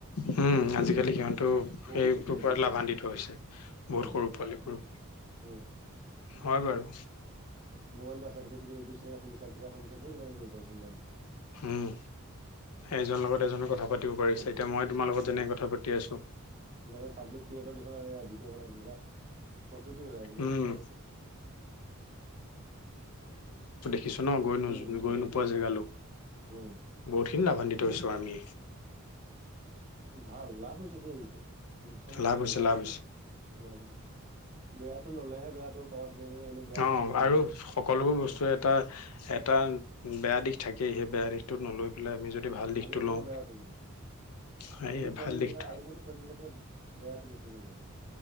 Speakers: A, on the left (about 80°); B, on the right (about 35°).
A: উম, আজিকালি সিহঁতেও
B: বহুত
A: সেইটোৰ
B: শিকিছে
A: পৰা
B: বহুত শিকিছে
A: লাভান্বিত হৈছে।
B: উম
A: বহুত সৰু পোৱালীবোৰ
B: উম
A: হয় বাৰু।
B: মোবাইটো আছে দেখি তুমি ইউটউব চনেল খুলিচা কিবা খুলিচা ধেই কিবা কিবি কৰিব পাৰিছা মোবলটোতে।
A: হম। এজনৰ লগত এজনৰ কথা পাতিব পাৰিছে
B: উম
A: এতিয়া মই তোমাৰ লগত
B: উম
A: যেনেক কথা পাতি আছো।
B: যেনেকে পাবলিক ক্ৰিয়েটৰ কিছুমানে এনেকে ভিডঅ' বনাই তেনেকা প্ৰফিটো হয় আজিকালি
A: উম
B: তুমি চাবাচোন।
A: কিছন ন গৈ নো
B: উম উম
A: গৈ নোপোৱা জেগালো
B: উম উম
A: বহুত খিনি লাম্ভাদিত হৈছো। আমি।
B: ভাল লাভ হৈছে দেই লোকচান কব
A: লাভ হৈছে
B: নযাওঁ
A: লাভ হৈছে
B: লাভ হৈছে। বেয়াটো ললেহে বেয়াটো পাবা
A: অ',
B: তুমি এনে বেয়াটো নিজে নাহে
A: আৰু সকলোবোৰ
B: পাবাটো ভালে
A: বস্তু
B: আহে
A: এটা টা বেয়া দিশ থাকেই সেই বেয়া দিশটো নলৈ
B: উম,
A: পেলাই আমি যদি ভাল
B: ভালো
A: দিশটো
B: থাকিব
A: লওঁ
B: বেয়াও থাকিব
A: সেই
B: কিন্তু পোৱালিবিলাকে
A: ভাল দিশটো
B: আজিকালি পোৱালিবিলাকে বেয়াটো বেছিকৈ লয়।